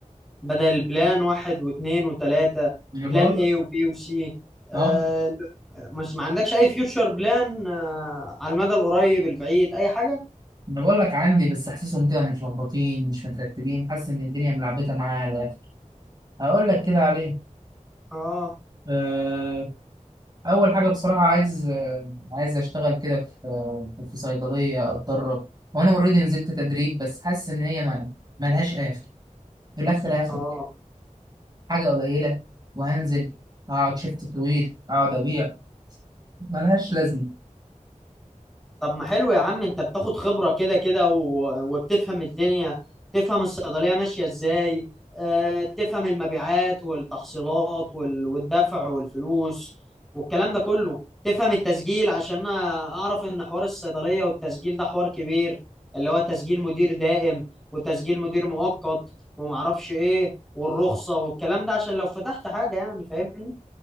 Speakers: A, in the centre; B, on the right (about 30°).
A: بدل بلان واحد واثنين وثلاثة
B: انا
A: بلان
B: بقول
A: ايه
B: لك
A: وبي وسي آه
B: اه
A: مش ما عندكش اي فيوتشر بلان آه على المدى القريب البعيد اي حاجة
B: انا بقول لك عندي بس حاسسهم كده متلخبطين مش مترتبين حاسس ان الدنيا ملعبكة معايا على الاخر هقول لك كده عليه
A: اه
B: آه، اول حاجه بصراحه عايز آه، عايز اشتغل كده في آه، في صيدليه اتدرب وانا اوريدي نزلت تدريب بس حاسس ان هي ما ملهاش اخر في الاخر هاخد
A: اه
B: حاجه قليله وهنزل هقعد شيفت طويل اقعد ابيع ملهاش لازمه
A: طب ما حلو يا عم انت بتاخد خبرة كده كده و... وبتفهم الدنيا تفهم الصيدلية ماشية ازاي اه تفهم المبيعات والتحصيلات وال... والدفع والفلوس والكلام ده كله تفهم التسجيل عشان انا اعرف ان حوار الصيدلية والتسجيل ده حوار كبير اللي هو تسجيل مدير دائم وتسجيل مدير مؤقت ومعرفش ايه والرخصة والكلام ده عشان لو فتحت حاجة يعني فاهمني